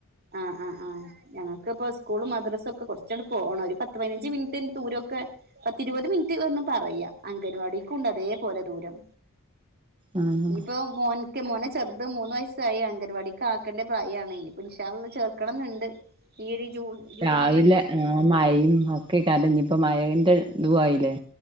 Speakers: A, on the right; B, on the right.
A: ആഹ ആഹ ആഹ ഞങ്ങക്ക്പ്പ സ്കൂള് മദ്രസ ഒക്കെ കുറച്ചൂടെ പോണം ഒരു പതിനഞ്ച് മിനിന്റെ ദൂരമൊക്കെ പത്തിരുപത് മിനിറ്റ് ഒന്നും പറയാ, അംഗൻവാടിക്കുണ്ട് അതേപോലെ ദൂരം.
B: ആ
A: ഇനിയിപ്പോ
B: ആ
A: മോൻക്ക് മോനെ ചെറുത് മൂന്ന് വയസ്സായി അങ്കൻവാടിക്ക് ആക്കേണ്ട പ്രായമാണ് ഇനി ചേർക്കണം എന്നുണ്ട്, ഈ ഒരു ജൂൺ. ജൂണില്
B: രാവിലെ ആഹ മഴയും ഒക്കെ കണ്ടഞ്ഞ ഇപ്പ മഴന്റെ ഇതും ആയില്ലേ?.